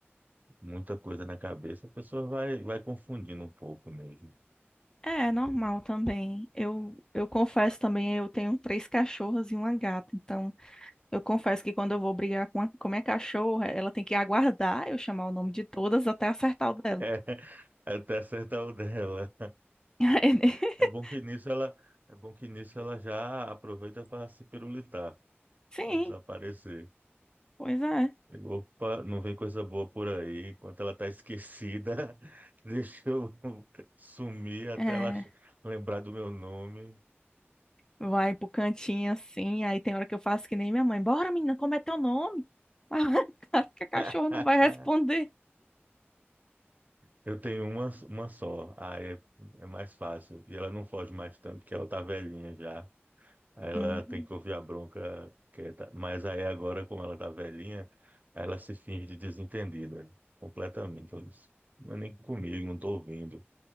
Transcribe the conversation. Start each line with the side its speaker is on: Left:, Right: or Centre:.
Right: muita coisa na cabeça, a pessoa vai, vai confundindo um pouco mesmo. <laughs>
Left: É, é normal também. Eu, eu confesso também, eu tenho três cachorras e uma gata. Então, eu confesso que quando eu vou brigar com a, com a minha cachorra, ela tem que aguardar eu chamar o nome de todas até acertar o dela.
Right: É, até acertar o dela.
Left: <laughs>
Right: É bom que nisso ela, é bom que nisso ela já aproveita para se pirulitar,
Left: Sim,
Right: para desaparecer.
Left: pois é.
Right: E, Opa, não vem coisa boa por aí. Enquanto ela tá esquecida, <laughs> deixa eu sumir até
Left: É,
Right: ela lembrar do meu nome.
Left: vai pro cantinho assim, aí tem hora que eu faço que nem minha mãe. Bora, menina, como é teu nome? <laughs> claro que a cachorra
Right: <laughs>
Left: não vai responder.
Right: Eu tenho uma, uma só, aí é, é mais fácil. E ela não foge mais tanto, porque ela tá velhinha já. Aí ela
Left: Hum.
Right: tem que ouvir a bronca quieta. Mas aí agora, como ela tá velhinha, aí ela se finge de desentendida. Completamente. Ela diz, Não é nem comigo, não tô ouvindo.